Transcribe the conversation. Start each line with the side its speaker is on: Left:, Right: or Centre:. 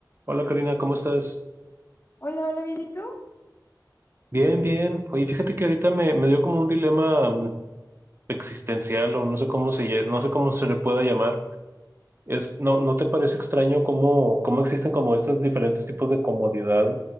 Right: Hola Karina, ¿cómo estás?
Left: Hola, hola, ¿bien y tú?
Right: Bien, bien. Oye, fíjate que ahorita me, me dio como un dilema mm, existencial o no sé cómo se, lle- no sé cómo se le pueda llamar. Es, ¿no, no te parece extraño cómo, cómo existen como estos diferentes tipos de comodidad?